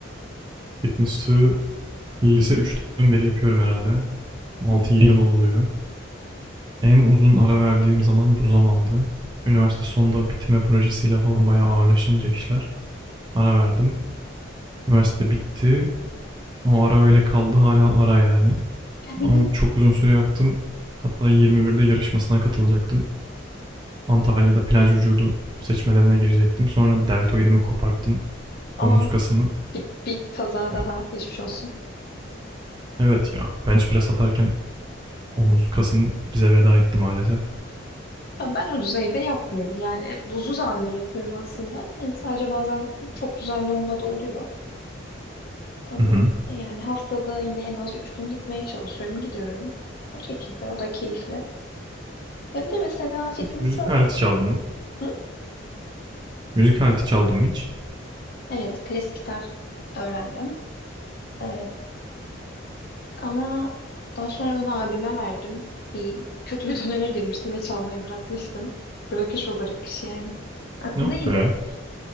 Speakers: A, on the right; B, on the left.
A: Fitness'ı lise üçten beri yapıyorum herhalde. Altı
B: Hı hı.
A: yedi yıl oluyor. En uzun ara verdiğim zaman bu zamandı. Üniversite sonda bitirme projesiyle falan bayağı ağırlaşınca işler. Ara verdim. Üniversite bitti. O ara öyle kaldı hala ara yani.
B: <laughs>
A: Ama çok uzun süre yaptım. Hatta 21'de yarışmasına katılacaktım. Antalya'da plaj vücudu seçmelerine girecektim. Sonra deltoidimi koparttım. Omuz
B: O
A: kasımı.
B: bir, bir kaza
A: Yani
B: daha geçmiş olsun.
A: evet ya bench press atarken omuz kasım bize veda etti maalesef.
B: Ya ben o düzeyde yapmıyorum. Yani uzun zamandır yapıyorum aslında. Yani sadece bazen çok düzenli olmadığı oluyor. Ama
A: Hı hı.
B: yani haftada yine en az üç gün gitmeye çalışıyorum. Gidiyorum. O şekilde. O da keyifli. Hem de mesela fitness'ı...
A: Hiç müzik aleti çaldım mı?
B: Hı?
A: Müzik aleti çaldım mı hiç?
B: Evet, klasik gitar öğrendim. Ee, Ama daha sonra onu abime verdim. Bir kötü bir <laughs> döneme girmiştim ve çalmayı bırakmıştım. Bırakış o bırakış yani. Aslında
A: Yok
B: iyi
A: be.
B: de.